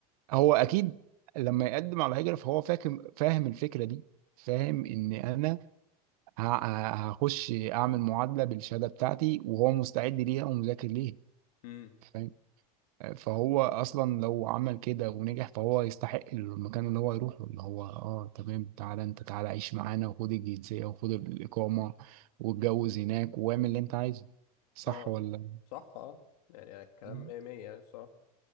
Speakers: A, on the right (about 75°); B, on the left (about 80°).
A: هو اكيد لما يقدم على هجرة فهو فاهم فاهم الفكرة دي فاهم ان انا ه- هخش اعمل معادله بالشهاده بتاعتي وهو مستعد ليها ومذاكر ليها
B: امم
A: فاهم فهو اصلا لو عمل كده ونجح فهو يستحق المكان اللي هو يروحه اللي هو اه تمام تعالى انت تعالى عيش معانا وخد الجنسيه وخد الاقامه واتجوز هناك واعمل اللي انت عايزه صح
B: اه
A: ولا
B: صح اه يعني الكلام
A: مم.
B: مية مية يعني بصراحة